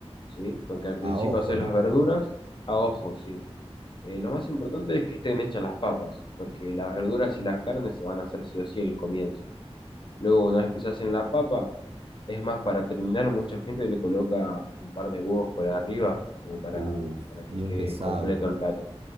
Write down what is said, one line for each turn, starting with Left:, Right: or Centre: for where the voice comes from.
Left: ¿sí? Porque al principio
Right: A ojo,
Left: hacer las
Right: ¿no?
Left: verduras a ojo, sí. Eh, lo más importante es que estén hechas las papas, porque las verduras y las carnes se van a hacer sí o sí el comienzo. Luego, una vez que se hacen la papa, es más, para terminar, mucha gente le coloca un par de huevos por arriba, como para,
Right: Uf,
Left: para que
Right: bien
Left: quede
Right: pesado.
Left: completo el plato.